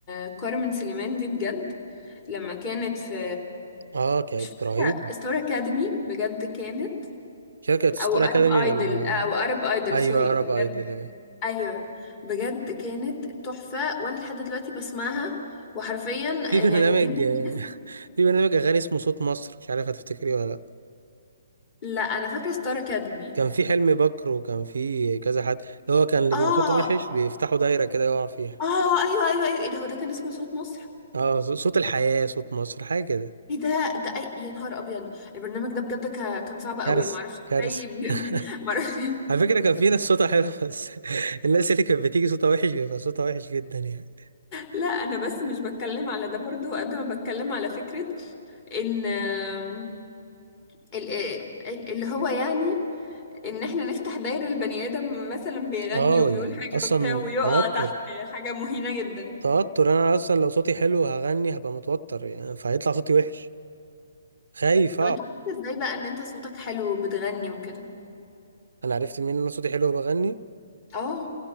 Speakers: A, on the left; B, on the right.
A: كارمن سليمان دي بجد لما كانت في
B: اه كانت
A: مش فاكرة
B: رهيبة
A: ستار أكاديمي بجد كانت
B: شركة ستار
A: أو أرب
B: أكاديمي
A: أيدل
B: ولا
A: أو أرب أيدل
B: أيوة
A: سوري
B: عرب
A: بجد
B: أيدل أيوة.
A: أيوة بجد كانت تحفة وأنا لحد دلوقتي بسمعها وحرفيا
B: في برنامج
A: يعني دي من الناس
B: <laughs> في برنامج أغاني اسمه صوت مصر مش عارف هتفتكريه ولا لأ
A: لا أنا فاكرة ستار أكاديمي
B: كان في حلمي بكر وكان في كذا حد اللي هو كان اللي
A: اه
B: بيبقى صوته وحش بيفتحوا دايرة كده يقع فيها
A: اه ايوه ايوه ايوه إيه ده هو ده كان اسمه صوت مصر؟
B: اه ص- صوت الحياة صوت مصر حاجة كده
A: إيه ده ده أي يا نهار أبيض البرنامج ده بجد كا- كان صعب قوي
B: كارثة
A: معرفش
B: كارثة
A: إزاي <laughs> ب-
B: <laughs>
A: معرفش
B: على فكرة كان في ناس صوتها حلو بس <laughs> الناس اللي كانت بتيجي صوتها وحش بيبقى صوتها وحش جدا يعني
A: لا انا بس مش بتكلم على ده برضو قد ما بتكلم على فكرة ان آم، ال- آه، ال- اللي هو يعني ان احنا نفتح دايرة البني ادم مثلا بيغني
B: اه
A: وبيقول
B: يعني
A: حاجة
B: اصلا
A: وبتاع ويقع
B: توتر
A: تحت حاجة مهينة جدا
B: توتر انا اصلا لو صوتي حلو هغني هبقى متوتر يعني فهيطلع صوتي وحش خايف
A: طب انت عرفت ازاي بقى ان انت صوتك حلو وبتغني وكده
B: انا عرفت منين ان انا صوتي حلو وبغني
A: اه